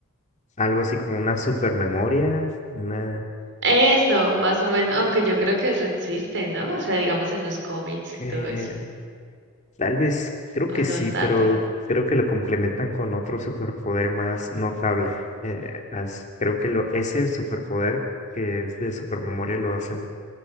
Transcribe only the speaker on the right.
Eso, más o menos, aunque yo creo que eso existe, ¿no? O sea, digamos en los cómics y
todo eso,
o no
tanto.